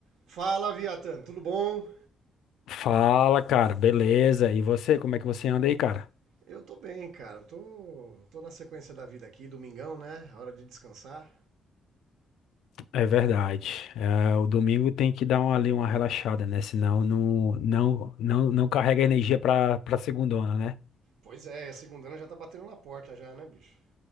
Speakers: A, on the right; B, on the left.
A: Fala, Viatan, tudo bom?
B: Fala, cara, beleza? E você, como é que você anda aí, cara?
A: Eu tô bem, cara. Tô, tô na sequência da vida aqui, domingão, né? Hora de descansar.
B: É verdade. É, o domingo tem que dar uma- ali uma relaxada, né? Senão não, não, não, não carrega energia pra, pra segundona, né?
A: Pois é, a segunda já tá batendo na porta já, né, bicho?